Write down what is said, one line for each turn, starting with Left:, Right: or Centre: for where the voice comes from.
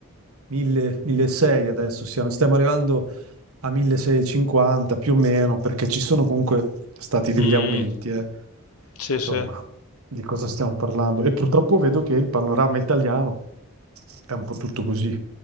Right: 1000, 1600 adesso, siamo- stiamo arrivando a 1650 più o meno, perché ci sono comunque stati degli
Left: Mm,
Right: aumenti, eh.
Left: sì,
Right: Insomma,
Left: sì.
Right: di cosa stiamo parlando? E purtroppo vedo che il panorama italiano è un po' tutto così,